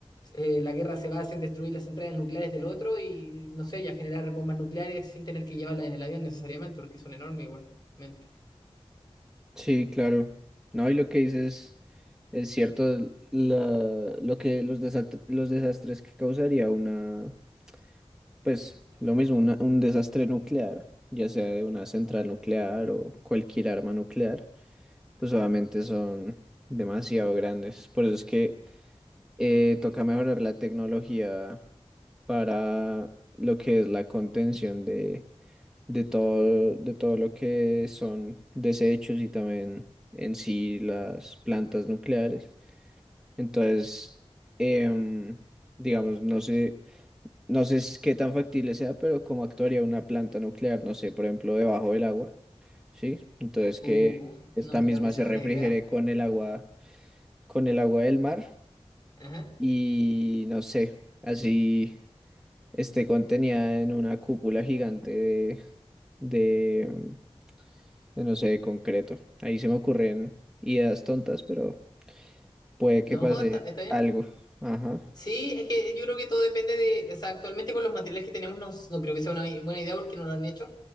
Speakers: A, on the left; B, in the centre.
A: eh, la guerra se basa en destruir las centrales nucleares del otro y, no sé, ya generar bombas nucleares sin tener que llevarlas en el avión necesariamente, porque son enormes igualmente.
B: Sí, claro. No, y lo que dices es cierto, la- lo que los desat- los desastres que causaría una Pues lo mismo, una- un desastre nuclear, ya sea de una central nuclear o cualquier arma nuclear, pues obviamente son demasiado grandes. Por eso es que eh, toca mejorar la tecnología para lo que es la contención de, de todo, de todo lo que son desechos y también en sí las plantas nucleares. Entonces, em, digamos, no sé. No sé s- qué tan factible sea, pero cómo actuaría una planta nuclear, no sé, por ejemplo, debajo del agua, ¿sí? Entonces
A: Uh,
B: que esta
A: no creo
B: misma
A: que sea
B: se
A: buena
B: refrigere
A: idea.
B: con el agua, con el agua del mar
A: Ajá.
B: y no sé, así esté contenida en una cúpula gigante de, de, de, no sé, de concreto. Ahí se me ocurren ideas tontas, pero puede
A: No,
B: que pase
A: está, está bien.
B: algo. Ajá,
A: Sí, es que yo creo que todo depende de, o sea, actualmente con los materiales que tenemos no, no creo que sea una buena idea porque no lo han hecho,